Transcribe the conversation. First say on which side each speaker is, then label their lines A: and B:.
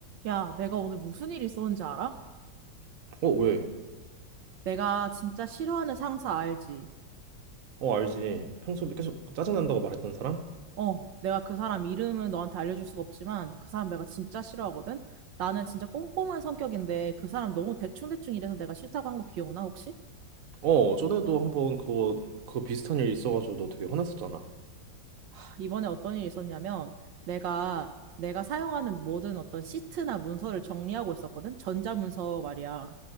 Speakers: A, on the right; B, on the right.
A: 야, 내가 오늘 무슨 일 있었는지 알아?
B: 어, 왜?
A: 내가 진짜 싫어하는 상사 알지?
B: 어, 알지. 평소에 계속 뭐 짜증난다고 말했던 사람?
A: 어, 내가 그 사람 이름은 너한테 알려줄 수가 없지만 그 사람 내가 진짜 싫어하거든? 나는 진짜 꼼꼼한 성격인데 그 사람 너무 대충대충 일해서 내가 싫다고 한 거 기억나, 혹시?
B: 어, 전에도 한번 그거, 그거 비슷한 일 있어가지고 너 되게 화났었잖아.
A: 하, 이번에 어떤 일이 있었냐면 내가 내가 사용하는 모든 어떤 시트나 문서를 정리하고 있었거든? 전자문서 말이야.